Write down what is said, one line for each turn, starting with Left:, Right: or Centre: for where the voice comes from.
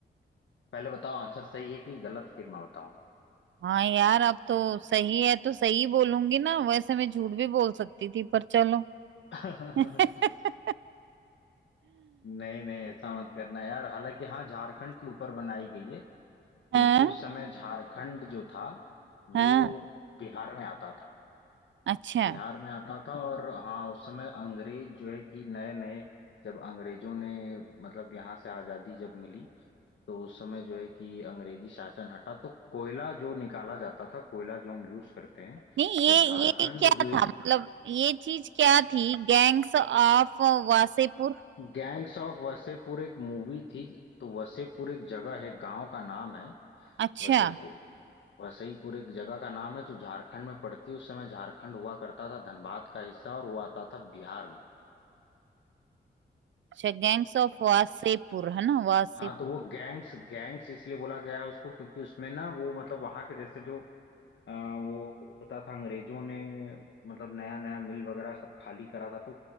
Left: पहले बताओ आंसर सही है कि गलत फिर मैं बताऊं
Right: हाँ यार अब तो सही है तो सही बोलूंगी ना वैसे मैं झूठ भी बोल सकती थी पर चलो
Left: <laughs>
Right: <laughs>
Left: नहीं नहीं ऐसा मत करना यार हालांकि हाँ झारखंड के ऊपर बनाई गई है क्योंकि
Right: हाँ
Left: उस समय झारखंड जो था वो
Right: हाँ
Left: बिहार में आता था
Right: अच्छा
Left: बिहार में आता था अच्छा और हाँ उस समय अंग्रेज जो है कि नए नए जब अंग्रेजों ने मतलब यहाँ से आज़ादी जब मिली तो उस समय जो है कि अंग्रेजी शासन हटा तो कोयला जो निकाला जाता था कोयला जो हम यूज करते हैं
Right: नहीं ये
Left: तो झारखंड
Right: ये क्या
Left: जो
Right: था
Left: है
Right: मतलब ये चीज क्या थी गैंग्स ऑफ वासेपुर
Left: गैंग्स ऑफ वसेपुर एक मूवी थी तो वसेपुर एक जगह है गांव का नाम है
Right: अच्छा
Left: वसेपुर वसईपुर एक जगह का नाम है जो झारखंड में पड़ती है उस समय झारखंड हुआ करता था धनबाद का हिस्सा और वो आता था बिहार में
Right: अच्छा गैंग्स ऑफ वासेपुर है ना वासेपुर
Left: हाँ तो वो गैंग्स गैंग्स इसलिए बोला गया है उसको क्योंकि उसमें ना वो मतलब वहां के जैसे जो अ, वो होता था अंग्रेजों ने मतलब नया नया मिल वगैरह सब खाली करा था तो